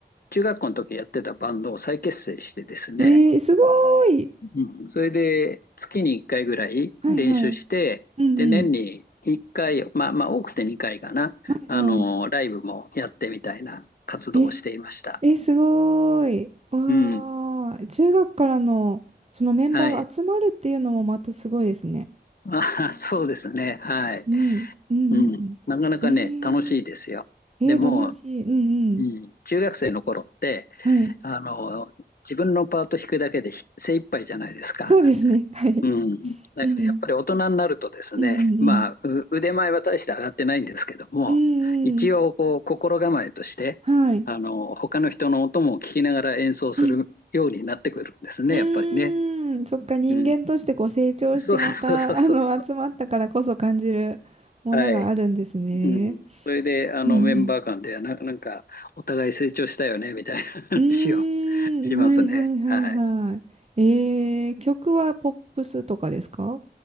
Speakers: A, on the left; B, on the right.
A: 中学校の時やってたバンドを再結成してですね、
B: えー、すごーい。
A: うんそれで月に1回ぐらい練習して、
B: はいはい。うんうん。
A: で、年に1回、まあまあ多くて2回かな、
B: はいはい。
A: あのーライブもやってみたいな活動をしていました。
B: え、え、すごーい。わー。
A: うん。
B: 中学からの、そのメンバーが集まるっていうのもまたすごいですね。
A: はい。まああ、そうですね。はい。
B: うん、うんうん。
A: うん。なかなかね、
B: え
A: 楽しいですよ。
B: ーえー、
A: でも、
B: 楽しい。うんうん。
A: うん、中学生の頃って、
B: はい。
A: あの、自分のパート弾くだけでひ精一杯じゃないですか。
B: そうですね。はい。
A: うん。だけど、
B: うんうん。
A: やっぱり大人になるとですね、
B: うんうんうん。
A: まあ、う腕前は大して上がってないんですけども、
B: うん
A: 一応、
B: うん。
A: こう、心構えとして、
B: はい。
A: あの、他の人の音も聞きながら演奏するようになってくるんですね、
B: うん。うーん。
A: やっぱりね。
B: そっか、人間としてこう成長してまた、
A: うん。そうそうそうそうそう。
B: あの、集まったからこそ感じるものがあるんですね。
A: はい。うん。それで、あの、
B: うん
A: メンバー間で、な、なんか、お互い成長したよね、みたいな話を
B: うん。
A: <laughs>
B: うーん。
A: しますね。
B: はいはいはいはい。
A: はい。
B: えー、曲はポップスとかですか